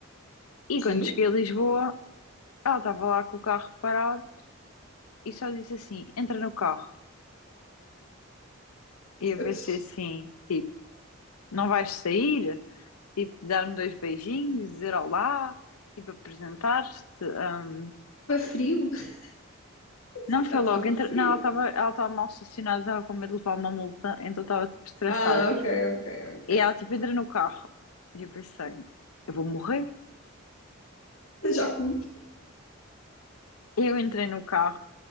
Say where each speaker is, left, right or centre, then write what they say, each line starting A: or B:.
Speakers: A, on the left; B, on the left.
A: e
B: sim.
A: quando cheguei a Lisboa, ela estava lá com o carro parado e só disse assim: entra no carro. E eu
B: Estava
A: pensei assim, tipo, não vais sair? Tipo, dar-me dois beijinhos, dizer olá, tipo, apresentar-te. hum.
B: frio. <laughs>
A: Não
B: Se
A: foi
B: calhar
A: logo,
B: estava
A: entre...
B: frio.
A: não, ela estava ela estava mal estacionada, estava com medo de levar uma multa, então estava tipo estressada.
B: Ah, ok, ok, ok.
A: E ela tipo entra no carro. E eu pensei, eu vou morrer.
B: Já fui.
A: Eu entrei no carro